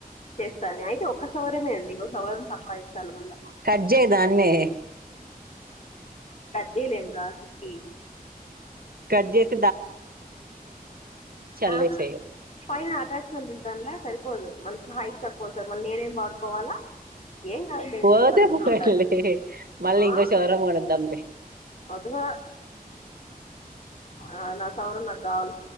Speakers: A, on the left; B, on the right.
A: చేస్తానీ అయితే ఒక సవరమె అండి ఇంగో సవరం సంపాదించాలి మళ్ళా
B: కట్ చేయి దాన్నే
A: కార్జైలం సిప్పి
B: జ అల్లేసేయి.
A: ఆహ పైన అటాచ్మెంట్ ఉంటాడ్ల సరిపోదు మనషి హైట్ త కోస మరి నేనేం వాడుకోవాలా ఏం కాదు నేను
B: పోతె
A: వేరే వాళ్ళ ఇంట్లో
B: పోన్లే
A: ఉంటాను
B: మళ్ళీ
A: ఆ,
B: ఇంకో సవరం కొణిద్దాంలే.
A: వద్దుగా ఆ నా సవరం నాకు కావాలి